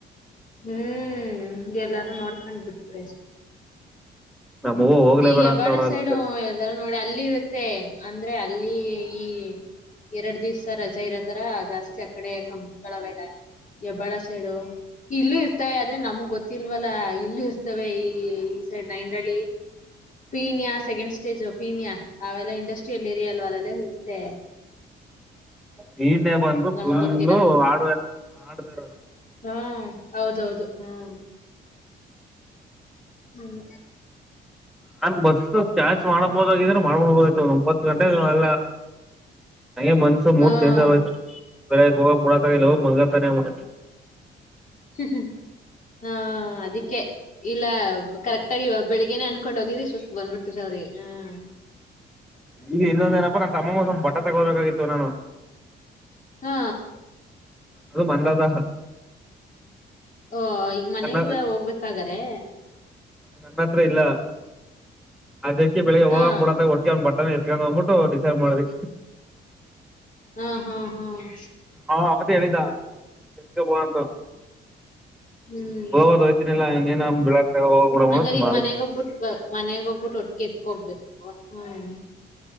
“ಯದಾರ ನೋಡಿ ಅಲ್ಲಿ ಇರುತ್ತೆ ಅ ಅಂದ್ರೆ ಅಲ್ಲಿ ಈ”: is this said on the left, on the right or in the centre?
Left